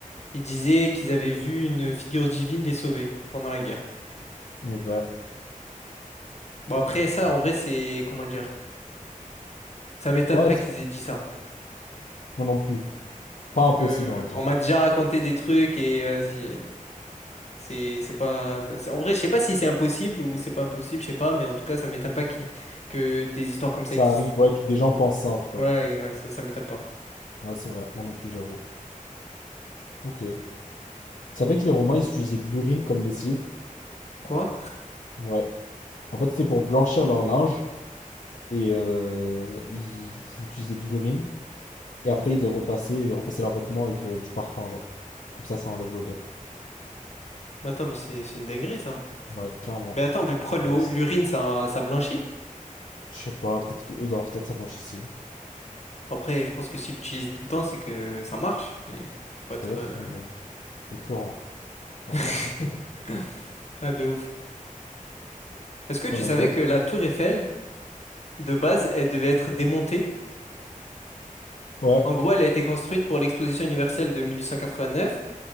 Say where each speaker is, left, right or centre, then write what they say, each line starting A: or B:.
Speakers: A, on the left; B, on the left.
A: Ils disaient qu'ils avaient vu une figure divine les sauver pendant la guerre.
B: ben.
A: Bon, après ça,
B: Bon.
A: en vrai, c'est, comment dire? Ça m'étonne
B: Ouais,
A: pas
B: c'est-
A: qu'ils aient dit ça.
B: moi non plus. Pas
A: Parce
B: impossible,
A: que
B: on va dire.
A: on m'a déjà raconté des trucs et vas-y. euh, C'est c'est pas c'est- en vrai je sais pas si c'est impossible ou c'est pas impossible je sais pas mais en tout cas ça m'étonne pas qu'il- que des histoires comme ça
B: Ça
A: existent.
B: arrive, ouais, que des gens pensent ça en tout cas.
A: Ouais ouais ça, ça m'étonne pas.
B: Ouais, c'est vrai, moi non plus, j'avoue. Ok. Tu savais que les Romains, ils utilisaient de l'urine comme lessive?
A: Quoi?
B: Ouais. En fait, c'était pour blanchir leur linge et euh, ils, ils utilisaient de l'urine et après
A: Y-
B: ils les repassaient, ils repassaient leurs vêtements avec euh, du parfum, genre. Comme ça, ça enlève l'odeur.
A: Mais attends mais c'est c'est une dinguerie ça.
B: Ouais, clairement.
A: Mais attends mais pourquoi
B: Dégueulasse.
A: l'eau- l'urine ça ça blanchit?
B: Je sais pas, peut-être que eux dans leur tête ça blanchissait.
A: Après je pense que s'il l'utilise tout le temps c'est que ça marche mais faut, faut être
B: Peut-être,
A: euh,
B: mais bon. Écœurant. Franchement,
A: <laughs>
B: écœurant.
A: ah de ouf. Est-ce que tu
B: T'en as
A: savais
B: une autre?
A: que la tour Eiffel de base elle devait être démontée?
B: Ouais.
A: En gros elle a été construite pour l'exposition universelle de 1889